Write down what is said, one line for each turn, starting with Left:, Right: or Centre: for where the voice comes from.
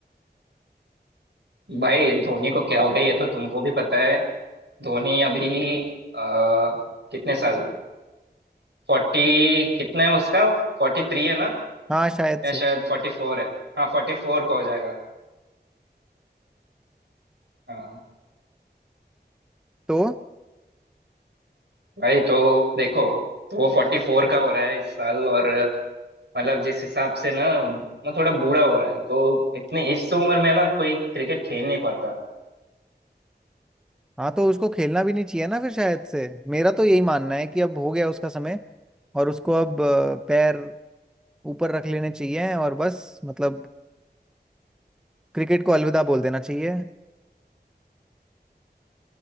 Right: हैं भाई धोनी को क्या हो गया ये तो तुमको भी पता है धोनी अभी आ, कितने साल फोर्टी कितना है उसका फोर्टी थ्री है ना
Centre: हाँ शायद
Right: या
Centre: से
Right: शायद फोर्टी फोर है हाँ फोर्टी फोर का हो जाएगा हाँ
Centre: तो
Right: भाई तो देखो तो वो फोर्टी फोर का हो रहा है इस साल और मतलब जिस हिसाब से ना वो थोड़ा बूढ़ा हो रहा है तो इतनी इस उम्र में ना कोई क्रिकेट खेल नहीं पाता
Centre: हाँ तो उसको खेलना भी नहीं चाहिए ना फिर शायद से मेरा तो यही मानना है कि अब हो गया उसका समय और उसको अब अ, पैर ऊपर रख लेने चाहिए और बस मतलब क्रिकेट को अलविदा बोल देना चाहिए